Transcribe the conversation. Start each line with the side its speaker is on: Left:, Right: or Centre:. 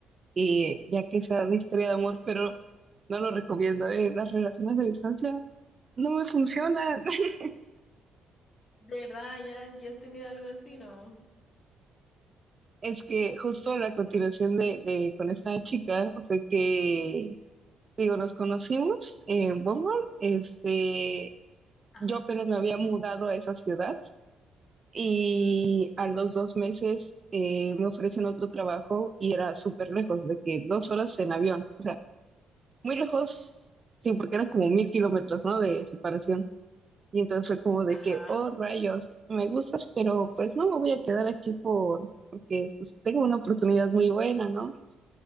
Right: Y ya que sea una historia
Left: Sí,
Right: de amor, pero No lo recomiendo, eh, Las relaciones a distancia no me funcionan. <laughs>
Left: de verdad, ya, ya has tenido algo así, ¿no?
Right: Es que justo la continuación de, de- con esta chica fue que, digo, nos conocimos en Bumble. Este,
Left: Ajá,
Right: yo apenas me había mudado a esa ciudad y a los dos meses eh, me ofrecen otro trabajo y era súper lejos, de que dos horas en avión. O sea, muy lejos, sí, porque eran como mil kilómetros, ¿no? De separación. Y entonces fue como de
Left: ajá,
Right: que, oh rayos, me gustas, pero pues no me voy a quedar aquí por, porque pues tengo una oportunidad muy buena, ¿no?
Left: por ti.